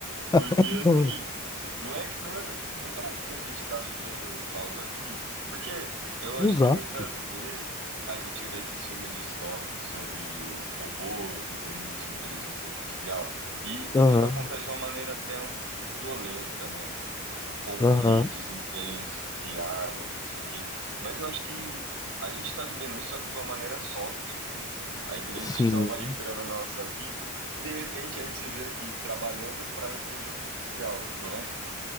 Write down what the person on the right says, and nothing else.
Porque
assim, não é que não é, não parece que a gente está vivendo algo assim, porque eu acho
que muitas vezes a gente vê esses filmes distópicos sobre robôs e domínio de inteligência artificial e,
e tudo acontece de uma maneira até um pouco violenta, né? Tipo, conflitos
intensos e armas e não sei o quê. Mas eu acho que a gente está vivendo isso só que de uma maneira soft, assim. A inteligência
artificial vai entrando na nossa vida e de repente a gente se vê aqui trabalhando para inteligência artificial, não é?